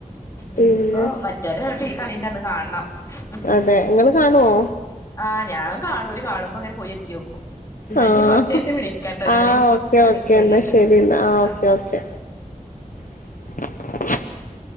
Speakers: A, on the left; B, on the left.
A: പിന്നെ
B: ഇഞ്ഞിപ്പോ മറ്റരു ടീ കളിന്റന്ന് കാണണം. ഉഉം
A: അതെ ഇങ്ങള് കാണുവോ
B: ആഹ് ഞാനും കാണും ഓര് കാണുമ്പോ ഇങ്ങനെ പോയി എത്തിയോക്കും. ഇന്നാ
A: ആഹ്
B: ഇഞ്ഞി കൊറച്ചഴിഞ്ഞിട്ട് വിളിക്കട്ടോ
A: ആഹ്
B: ഞാന്.
A: ഓക്കെ
B: പണിയൊക്കെ
A: ഓക്കെ
B: കഴിയട്ടെ.
A: എന്നാ ശരി എന്നാ ഓക്കെ
B: ആഹ്
A: ഓക്കെ <inaudible>